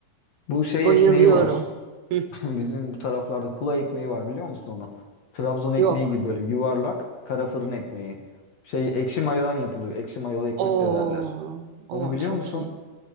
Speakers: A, on the left (about 55°); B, on the right (about 80°).
A: Bu şey
B: Bayılıyorum.
A: ekmeği var.
B: Hı,
A: <laughs> Bizim bu taraflarda kula ekmeği var biliyor musun onu? Trabzon ekmeği
B: yok.
A: gibi böyle yuvarlak kara fırın ekmeği. Şey ekşi mayadan yapılıyor. Ekşi mayalı ekmek
B: Oo,
A: de derler.
B: o
A: Onu biliyor
B: çok
A: musun?
B: iyi.